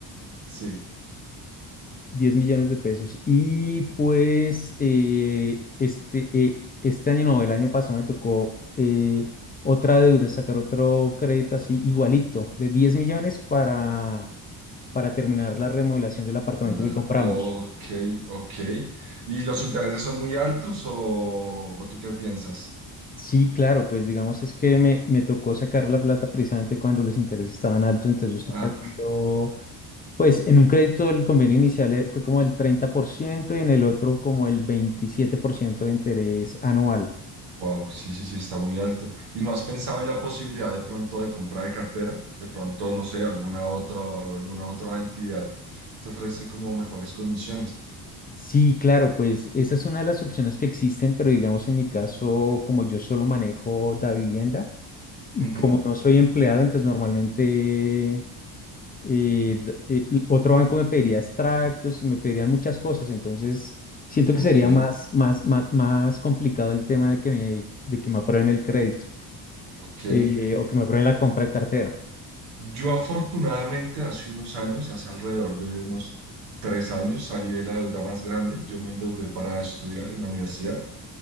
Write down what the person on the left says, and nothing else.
diez millones de pesos. Y pues eh, este, eh, este año, no, el año pasado me tocó eh, otra deuda, sacar otro crédito así igualito,
de 10 millones para, para terminar la remodelación del apartamento
que compramos.
Sí, claro, pues digamos es que me, me tocó sacar la plata precisamente cuando los intereses estaban altos, entonces yo estoy
pagando, pues en un crédito el convenio inicial eh, fue como el 30% y en el otro como el 27% de interés anual.
Sí, claro, pues esa es una de las opciones que existen, pero digamos en mi caso, como yo solo manejo la vivienda y
como no soy empleado, entonces normalmente eh, d- eh, l- otro banco me pediría extractos y me pedirían muchas cosas, entonces siento
que sería más, más, más, más complicado el tema de que me, de que me aprueben el crédito
eh, o que me aprueben la compra de cartera.